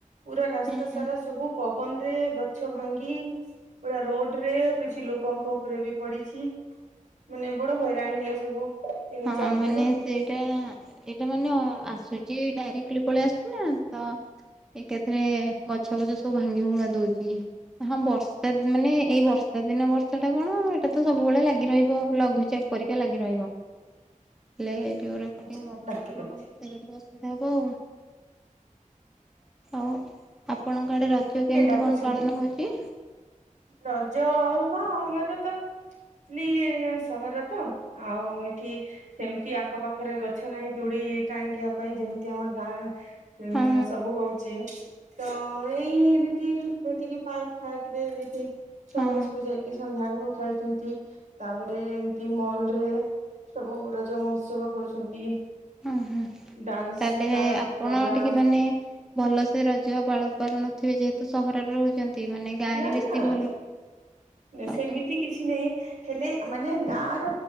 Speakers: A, on the right (about 65°); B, in the centre.
A: ପୁରା ରାସ୍ତା
B: ହୁଁ
A: ସାରା ସବୁ ପବନ ରେ ଗଛ ଭାଙ୍ଗି ପୁରା ରୋଡ ରେ। କିଛି ଲୋକଙ୍କ ଉପରେ ବି ପଡିଛି ମାନେ ବଡ ହଇରାଣ ହେଲେ ସବୁ। ତିନି
B: ହଁ
A: ଚାରି
B: ମାନେ।
A: ଦିନ।
B: ସେଇଟା ଏଇଟା ମାନେ ଅ ଆସୁଛି ଡାଇରେକ୍ଟଲି ପଳେଇ ଆସୁଚିନା ତ। ଏକାଥରେ ଗଛ ଫଛ ସବୁ ଭାଙ୍ଗି ଭୁଙ୍ଗା ଦଉଛି। ହଁ ବର୍ଷା ମାନେ ଏଇ ବର୍ଷା ଦିନ ବର୍ଷା ଟା କଣ ଏଇଟା ତ ସବୁବେଳେ ଲାଗି ରହିବ ଲ ଘୁଚାପ ପରିକା ଲାଗି ରହିବ। ହେଲେ ଯୋଉଗୁରା ପଟେ
A: ଅଛି
B: ମୌସୁମୀ
A: ଡାକି ଦଉଛି।
B: <unintelligible> ଟିକେ ଅସୁବିଧା ହବ ଆଉ। ଆଉ ଆପଣଙ୍କ ଆଡେ ରଜ
A: କିଏ
B: କେମିତି
A: ଡାକୁଛନ୍ତି
B: କଣ ପାଳନ ହଉଛି?
A: ରଜ ହଁ ଆମର ତ। ଚିଲି ସହର ତ ଆଉ ଏଠି। ସେମିତି ଆଖପାଖରେ ଗଛ ନାହିଁ ଦୁଡ଼ି ଟାଙ୍ଗିବା ପାଇଁ ଯେମିତି ଆମର ଗାଁ। ଉଁ
B: ହଁ
A: ସବୁ ହଉଛି। ତ ଏଇ ଏମିତି ସେ ଟିକେ ପାର୍କ ଫାର୍କ ରେ କିଛି। ଛୁଆମାନେ
B: ହଁ
A: ସବୁ ଯାଇକି ସନ୍ଧ୍ୟା ବେଳକୁ ଖେଳୁଛନ୍ତି। ତାପରେ ଏମିତି ମଲରେ ସବୁ ରଜ ମହୋତ୍ସବ କରୁଛନ୍ତି।
B: ଉହୁଁ।
A: ଡାନ୍ସ
B: ତାହେଲେ
A: ପ୍ରୋଗ୍ରାମ
B: ଆପଣ ଟିକେ ମାନେ ଭଲସେ ରଜ ପାଳୁ ପାରୁନଥିବା ଯେହେତୁ ସହରରେ ରହୁଛନ୍ତି। ନ୍ତି ମାନେ ଗାଁ
A: ନା
B: ରେ ବେଶୀ
A: ନା
B: ଭଲ ଆଉ
A: ସେମିତି
B: କେମତି
A: କିଛି ନାଇଁ ହେଲେ ମାନେ ଗାଁ ର